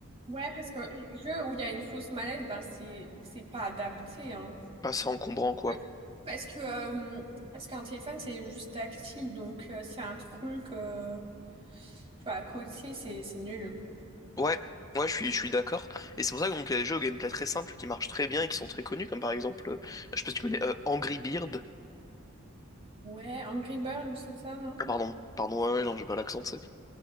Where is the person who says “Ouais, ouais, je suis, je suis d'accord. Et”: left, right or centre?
Left